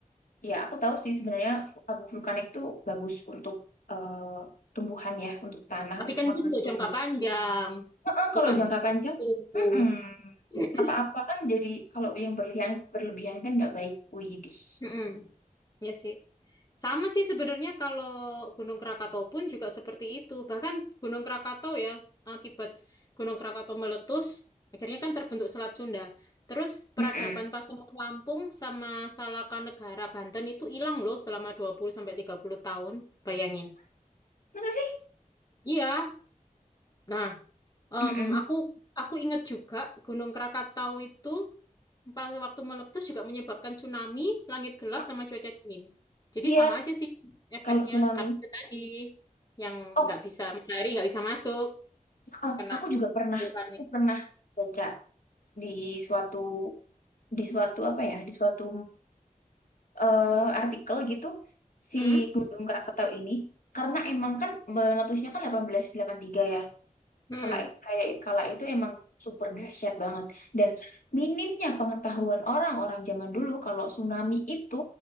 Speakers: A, on the left (about 80°); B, on the left (about 25°).
A: Ya aku tahu sih sebenarnya abu vulkanik tuh bagus untuk eh, tumbuhan ya, untuk tanah,
B: tapi
A: untuk
B: kan
A: makna
B: itu untuk
A: subur.
B: jangka panjang,
A: Heeh, kalau
B: bukan
A: jangka
B: seperti
A: panjang,
B: itu.
A: mm-mm.
B: <clears throat>
A: Apa-apa kan jadi kalau yang berlebihan berlebihan kan nggak baik. Widih.
B: Mm-mm. Ya sih. Sama sih sebenarnya kalau Gunung Krakatau pun juga seperti itu. Bahkan Gunung Krakatau ya, akibat Gunung Krakatau meletus, akhirnya kan terbentuk Selat Sunda. Terus peradaban
A: Mm-mm.
B: Pasaman Lampung sama Salaka Negara Banten itu hilang loh selama 20 sampai 30 tahun. Bayangin.
A: Masa sih?
B: Iya. Nah, em,
A: Mm-mm.
B: aku aku ingat juga Gunung Krakatau itu Pada waktu meletus juga menyebabkan tsunami, langit gelap,
A: Nah,
B: sama cuaca dingin. Jadi
A: Iya,
B: sama aja sih efeknya.
A: kalau tsunami.
B: Karena itu tadi yang
A: Oh,
B: nggak bisa matahari nggak bisa masuk,
A: heeh,
B: kena
A: aku juga pernah,
B: vulkanik.
A: aku pernah baca di suatu di suatu apa ya di suatu eh, artikel gitu si
B: Mm-mm,
A: Gedung Krakatau ini karena emang kan eh, letusnya kan delapan belas delapan belas tiga ya
B: mm-mm,
A: kala kayak kala itu emang super dahsyat banget dan minimnya pengetahuan orang-orang zaman dulu kalau tsunami itu